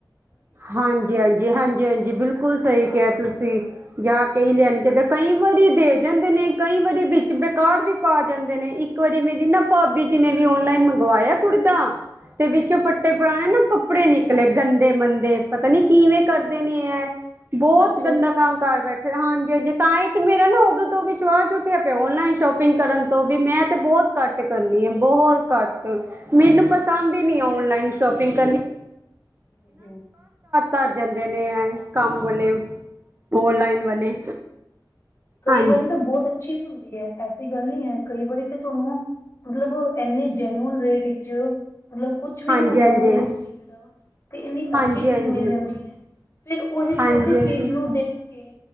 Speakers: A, on the right; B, on the left.
A: ਹਾਂਜੀ -ਹਾਂਜੀ, -ਹਾਂਜੀ -ਹਾਂਜੀ, ਬਿਲਕੁਲ ਸਹੀ। ਕਿਹਾਂ ਤੁਸੀਂ, ਜਾ ਕੇ ਹੀ, ਲੈਣੀ ਚਾਹੀਦਾ। ਕਈ ਵਾਰੀ ਦੇ ਜਾਂਦੇ ਨੇ, ਕਈ ਵਾਰੀ ਵਿੱਚ ਬੇਕਾਰ ਵੀ। ਪਾ ਜਾਂਦੇ ਨੇ, ਇੱਕ ਵਾਰੀ, ਮੇਰੀ ਨਾ ਭਾਬੀ ਜੀ ਨੇ ਵੀ, ਓਨਲਾਈਨ ਮੰਗਵਾਇਆ ਕੁੜਤਾ। ਤੇ ਵਿੱਚੋਂ,
B: ਹੂੰ
A: ਫਟੇ-
B: ਹੂੰ
A: ਪੁਰਾਣੇ। ਕੱਪੜੇ ਨਿਕਲੇ। ਗੰਦੇ- ਮੰਦੇ ਤੇ, ਪਤਾ ਨੀ,
B: ਓਹੋ
A: ਕਿਵੇਂ ਕਰਦੇ ਨੇ ਏ। ਬਹੁਤ
B: ਅੱਛਾ।
A: ਗੰਦਾ
B: ਜੀ
A: ਕੰਮ ਕਾਰ ਬੈਠੇ। ਹਾਂਜੀ -ਹਾਂਜੀ, ਤਾਂ ਹੀ ਤੇ ਮੇਰਾ ਨਾ
B: ਹਾਂਜੀ
A: ਉਦੋਂ ਤੋਂ
B: ਹਾਂਜੀ
A: ਵਿਸ਼ਵਾਸ ਉੱਠਿਆ ਔਨਲਾਈਨ ਸ਼ੋਪਿੰਗ ਕਰਨ ਤੋਂ ਵੀ, ਮੈਂ, ਤੇ ਬਹੁਤ ਘੱਟ ਕਰਨੀ ਆ ਬਹੁਤ। ਘੱਟ
B: ਹਾਂਜੀ ਹਾਂਜੀ
A: ਮੈਨੂੰ, ਪਸੰਦ
B: ਹਾਂਜੀ
A: ਹੀ ਨੀ, ਔਨਲਾਈਨ ਸ਼ੋਪਿੰਗ ਕਰਨੀ।
B: ਹਾਂਜੀ
A: ਘਰ ਜਾਂਦੇ ਨੇ ਹੈ, ਕੰਮ ਵਾਲੇ ਓਨਲਾਈਨ ਵਾਲੇ
B: ਕਈ,
A: ਹਾਂਜੀ
B: ਵਾਰੀ ਤਾਂ ਬਹੁਤ ਅੱਛੀ, ਵੀ ਹੁੰਦੀ ਹੈ। ਐਸੀ ਗੱਲ ਨੀ ਹੈ। ਕਈ ਵਾਰੀ ਤੇ ਤੁਹਾਨੂੰ ਮਤਲਬ, ਇੰਨੇ ਜੈਨਊਨ ਰੇਟ ਵਿੱਚ ਮਤਲਬ, ਕੁਛ ਵੀ
A: ਹਾਂਜੀ
B: ਨਹੀਂ ਹੁੰਦਾ
A: ਹਾਂਜੀ
B: ਮੁੱਲ ਉਸ ਚੀਜ਼ ਦਾ। ਤੇ ਇਨੀ,
A: ਹਾਂਜੀ
B: ਅੱਛੀ ਚੀਜ਼
A: ਹਾਂਜੀ
B: ਮਿਲ ਜਾਂਦੀ
A: ਹਾਂਜੀ
B: ਹੈ। ਫੇਰ, ਉਹੀ,
A: ਹਾਂਜੀ
B: ਉਸੇ ਚੀਜ਼
A: ਹਾਂਜੀ
B: ਨੂੰ ਦੇਖ ਕੇ